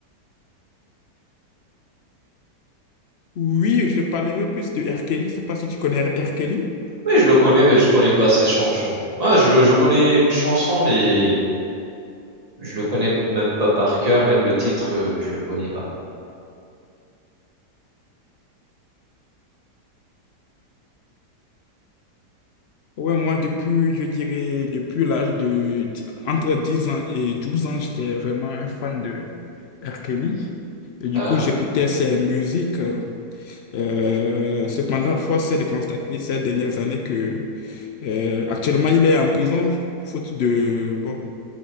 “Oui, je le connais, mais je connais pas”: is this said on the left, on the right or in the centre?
Right